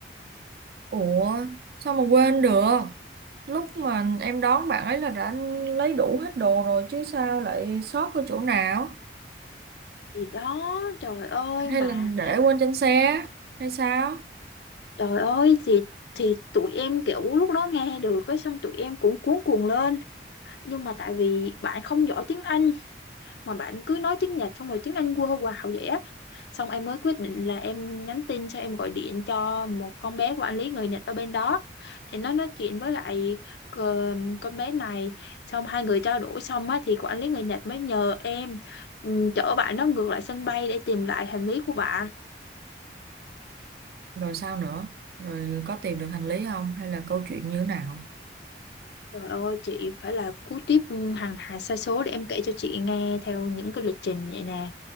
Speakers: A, on the right (about 60°); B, on the left (about 70°).
A: Ủa sao mà quên được Lúc mà em đón bạn ấy là đã lấy đủ hết đồ rồi Chứ sao lại sót ở chỗ nào
B: thì đó trời ơi mà
A: Hay là để quên trên xe Hay sao
B: trời ơi thì thì tụi em kiểu lúc đó nghe được cái xong tụi em cũng cuống cuồng lên nhưng mà tại vì bạn không giỏi tiếng Anh mà bạn cứ nói tiếng Nhật xong rồi tiếng Anh quơ quào vậy á xong em mới quyết định là em nhắn tin xong em gọi điện cho một con bé của anh lý người Nhật ở bên đó thì nó nói chuyện với lại ờ, con bé này xong hai người trao đổi xong á thì quản lý người Nhật mới nhờ em ừ, chở bạn nó ngược lại sân bay để tìm lại hành lý của bạn
A: Rồi sao nữa Rồi có tìm được hành lý không Hay là câu chuyện như thế nào
B: trời ơi chị phải là cú tiếp ừ, hàng hà sa số để em kể cho chị nghe theo những cái lịch trình vậy nè